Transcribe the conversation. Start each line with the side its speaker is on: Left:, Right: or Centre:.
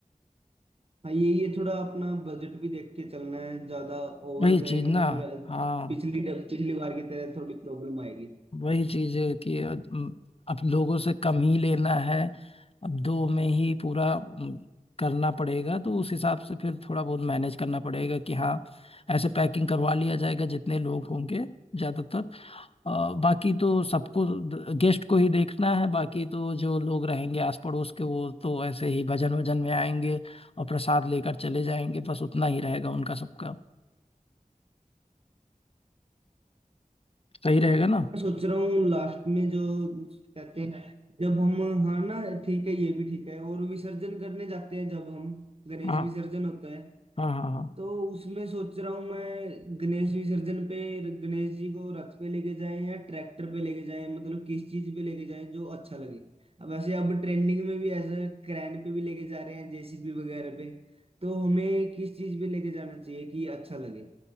Right: हाँ ये ये थोड़ा अपना बजट भी देख के चलना है ज्यादा ओवर
Left: वही
Right: करेंगे
Left: चीज ना
Right: तो फिर
Left: हाँ
Right: पिछली पिछली बार की तरह थोड़ी प्रॉब्लम आएगी
Left: वही चीज है कि अब अब लोगों से कम ही लेना है अब दो में ही पूरा अम, करना पड़ेगा तो उस हिसाब से फिर थोड़ा बहुत मैनेज करना पड़ेगा कि हाँ ऐसे पैकिंग करवा लिया जाएगा जितने लोग होंगे ज्यादातर अ, बाकी तो सबको गेस्ट को ही देखना है बाकी तो जो लोग रहेंगे आस पड़ोस के वो तो ऐसे ही भजन वजन में आएंगे और प्रसाद लेकर चले जाएंगे बस उतना ही रहेगा उनका सबका सही रहेगा ना
Right: मैं सोच रहा हूँ लास्ट में जो कहते हैं जब हम हाँ ना ठीक है ये भी ठीक है और विसर्जन करने जाते हैं जब हम गणेश
Left: हाँ
Right: विसर्जन होता है
Left: हाँ हाँ हाँ
Right: तो उसमें सोच रहा हूँ मैं गणेश विसर्जन पे गणेश जी को रथ पे लेके जाएं या ट्रैक्टर पे लेके जाएं मतलब किस चीज पे लेके जाएं जो अच्छा लगे अब वैसे अब ट्रेंडिंग में भी ऐसा क्रैन पे भी लेके जा रहे हैं जेसीबी वगैरह पे तो हमें किस चीज पे लेके जाना चाहिए कि अच्छा लगे